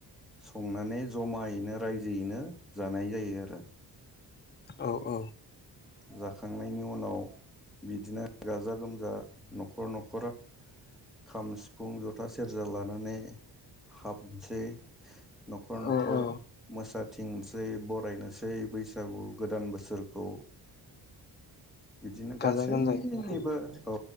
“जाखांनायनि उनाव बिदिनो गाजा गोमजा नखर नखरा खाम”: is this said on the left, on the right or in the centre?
Centre